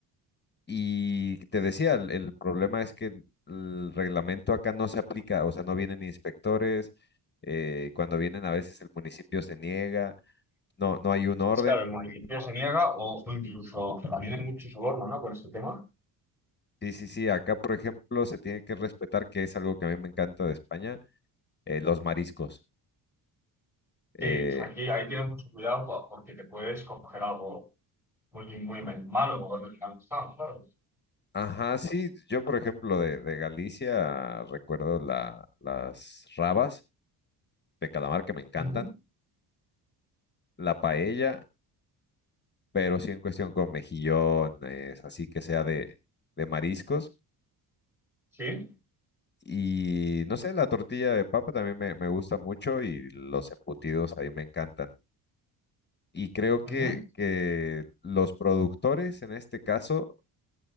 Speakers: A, on the left (about 25°); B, in the centre.
A: Y te decía, el, el problema es que el reglamento acá no se aplica, o sea, no vienen inspectores, eh, cuando vienen a veces el municipio se niega, no, no hay un orden.
B: Claro, el municipio se niega o incluso también hay mucho soborno, ¿no? Con este tema.
A: Sí, sí, sí, acá por ejemplo se tiene que respetar, que es algo que a mí me encanta de España, eh, los mariscos. Eh,
B: Sí, aquí ahí tienes mucho cuidado po- porque te puedes coger algo muy, muy mal- malo o original. Ah, claro.
A: ajá, sí, yo por ejemplo de, de Galicia recuerdo la, las rabas de calamar que me encantan,
B: Ujú,
A: la paella, pero sí en cuestión con mejillones, así que sea de, de mariscos.
B: Sí,
A: Y no sé, la tortilla de papa también me, me gusta mucho y los embutidos ahí me encantan. Y creo que,
B: ujú,
A: que los productores en este caso,